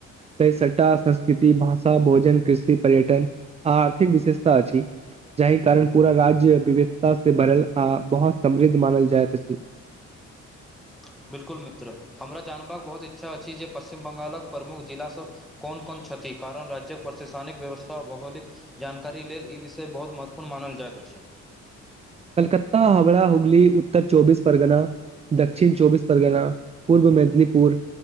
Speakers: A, on the right; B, in the centre.
A: तसटा स्थित भाषा भोजन कृषि पर्यटन आ आर्थिक विशेषता अछि जाहि कारण पूरा राज्य विविधताँ भरल आ बहुत समृद्ध मानल जाइत अछि
B: <inaudible> बिल्कुल मित्र हमरा जानबाक बहुत इच्छा अछि जे पश्चिम बंगालक प्रमुख जिलासभ कोन कोन छथि कारण राज्यक प्रशासनिक व्यवस्था आ भौगोलिक जानकारी लेल ई विषय बहुत महत्वपूर्ण मानल जाइत अछि ह <inaudible>
A: कलकत्ता हावड़ा हुगली उत्तर चौबीस परगना दक्षिण चौबीस परगना पूर्व मेदनीपुर